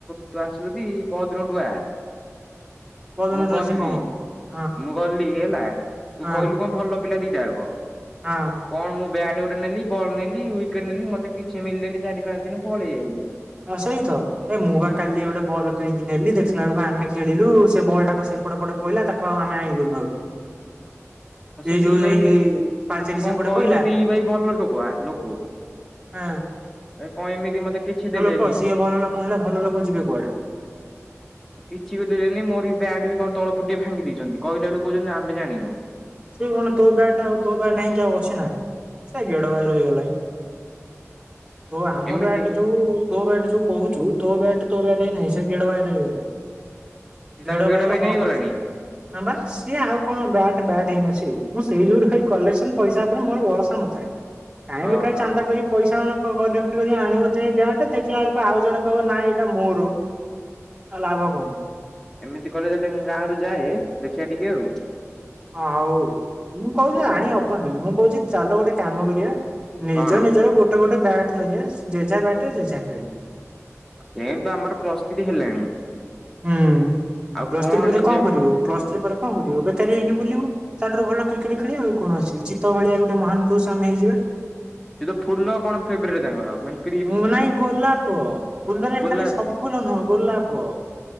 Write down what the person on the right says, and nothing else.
ପହର ଦିନଠୁ
ସେ କଣ ହବ <unintelligible>
ହଁ
ହଁ।
ହଁ ସେଇ ତ। ଏ ମୁଁ ବା କାଲି ଗୋଟେ ବଲ୍ କିଣିିକି ନେଲି ଦେଖିଲା ବେଳକୁ ଆମେ ଖେଳିଲୁ ସେ ବଲ୍ ଟା କଣ ସେପଟେ ପଟେ କହିଲା ତାକୁ ଆଉ ଆଣିଲୁନୁ ଆଉ।
ଏଇ
ଯୋଉ
ଯାଇକି ପାଚେରୀ
ସେପଟେ
ପଇଲା
ହଁ
ହଁ ସିଏ ଭଲ ଲୋକ ହେଲେ ଭଲ ଲୋକ ଯିବେ କୁଆଡେ?
ସେ କଣ ତୋ ବ୍ୟାଟ ଟା ଆଉ ତୋ ବ୍ୟାଟ ଟା ହେଇକି ଆଉ ଅଛି ନା କଣ ସେ ଗେଡ ଭାଇ ର ହେଇଗଲାଣି।
ହଉ ଆମ
ବ୍ୟାଟ ଯୋଉ ତୋ ବ୍ୟାଟ ଯୋଉ କହୁଛୁ ତୋ ବ୍ୟାଟ ତୋ ବ୍ୟାଟ ହେଇକି ଆଉ ନାହିଁ ସେ ଗେଡ ଭାଇର ହେଇଗଲାଣି।
ଗେଡ
ଭାଇର
ହକ୍
ଅଛି ହଁ ବା ସିଏ ଆଉ କଣ ବ୍ୟାଟ ବ୍ୟାଟ ମୁଁ ସେଇ ଯୋଉ କଲେସନ ପଇସା ଉପରେ ମୋର ଭରସା ନଥାଏ କାଇଁ
ବେକାର ଚାନ୍ଦତା କରି ପଇସା ମାନେତି <unintelligible> ଆଣିବ ଯାହାେ ଦେଖିଲା ବେଳକୁ ଆଉ ଜଣେ କହ ନାଁ ଏଇଟା ମୋର। ଆଉ ଲାଭ କଣ?
ହଉ ମୁଁ କହୁଛି
ଆଣିହବନି ମୁଁ କହୁଛି ଚାଲ ଗୋଟେ କାମ କରିବା ନିଜ
ନିଜର ଗୋଟେ ଗୋଟେ ବ୍ୟାଟ ଧରିବା ଜେଝା ବ୍ୟାଟରେ ଜେଝା ଖେଳିବା।
ହୁଁ
ପ୍ଲସ୍ ଥ୍ରୀ ପରେ
କଣ କରିବୁ ପ୍ଲସ୍ ଥ୍ରୀ ପରେ କଣ କରିବୁ ବେକାରୀ ହେଇକି ବୁଲିବୁ। ତାଠାରୁ ଭଲ କ୍ରିକେଟ ଖେଳିବା ଆଉ କଣ ଅଛି ଚିତ ଭଳିଆ ଗୋଟେ ମହାନ ପୁରୁଷ ଆମେ ହେଇଯିବା।
ହଁ ନାଇଁ ଗୋଲାପ ଫୁଲରେ
ଖାଲି ସବୁ ଫୁଲ ନୁହଁ ଗୋଲାପ।